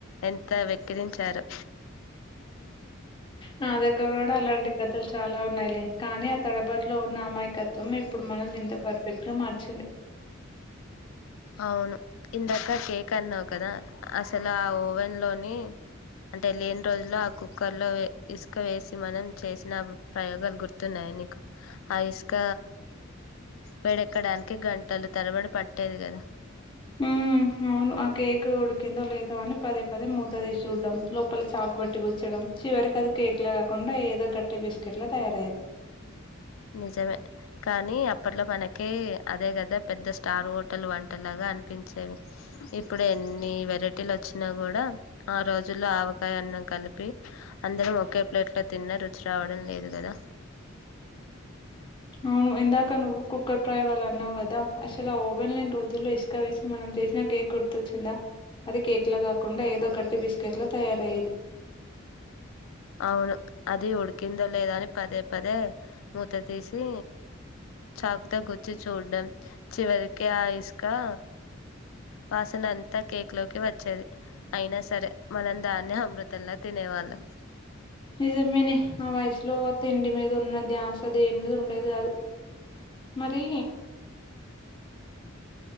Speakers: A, on the left (about 75°); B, on the left (about 25°).
A: ఎంత వెక్కిరించారో
B: నా దగ్గర కూడా అలాంటి కథలు చాలా ఉన్నాయిలే కానీ ఆ తడబాట్లో ఉన్న అమాయకత్వం ఇప్పుడు మనల్ని ఇంత పర్ఫెక్ట్ గా మార్చింది
A: అవును ఇందాక కేక్ అన్నావ్ కదా అసలు ఆ ఓవెన్ లోనే అంటే లేని రోజుల్లో ఆకు కర్లో వే ఇస్క వేసి మనం చేసిన ప్రయోగాలు గుర్తున్నాయా నీకు ఆ ఇస్క వేడి ఎక్కడానికి గన్ టలు తరబడి పట్టేది కదా
B: ఊ అవును ఆ కేక్ ఉడికిందో లేదో అని పదే పదే మూత తీసి చూడ్డం లోపల చాకు బెట్టి గుచ్చడం చివరికి అది కేక్ లా కాకుండా ఏదో గట్టి బిస్కెట్లా తయారయ్యేది
A: నిజమే కానీ అప్పట్లో మనకి ఏ అదే కదా పెద్ద స్టార్ హోటల్ వంట లాగా అనిపించేవి ఇప్పుడు ఎన్ని వరైటీలో వచ్చినా కూడా ఆ రోజుల్లో ఆవకాయ అన్నం కలిపి అందరం ఒకే ప్లేట్లో తిన్న రుచి రావడం లేదు కదా
B: అవును ఇందాక నువ్వు కుక్కర్ ప్రయోగాలు అన్నావు కదా అసలు ఆ ఓవెన్ లేని రోజుల్లో ఇసక వేసి మనం చేసిన కేక్ గుర్తొచ్చిందా అది కేక్ ల కాకుండా ఏదో గట్టి బిస్కెట్ లో తయారయ్యేది
A: అవును అది ఉడికిందో లేదో అని పదే పదే మూత తీసి చాకుతో గుచ్చి చూడ్డం చివరికి ఆ ఇస్ కా వాసనంతా కేక్ లోకి వచ్చేది అయినా సరే మనం దాన్నే అమృతలా తినేవాళ్ళం
B: నిజమేనే ఆ వయసు స్లో తిండి మీద ఉన్న ధ్యాస దేని మీద ఉండేది కాదు మరి